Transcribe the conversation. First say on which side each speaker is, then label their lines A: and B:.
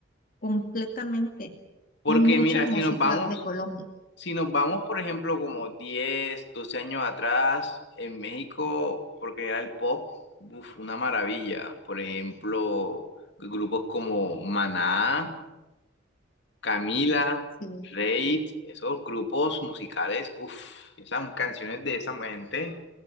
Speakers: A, on the left (about 45°); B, on the left (about 60°).
A: completamente,
B: Porque
A: y mucha
B: mira,
A: música
B: si nos vamos
A: de Colombia,
B: Si nos vamos, por ejemplo, como 10 12 años atrás, en México, porque era el pop, uf, una maravilla. Por ejemplo, grupos como Maná, Camila,
A: sí.
B: Reid, esos grupos musicales, uff esas canciones de esa gente,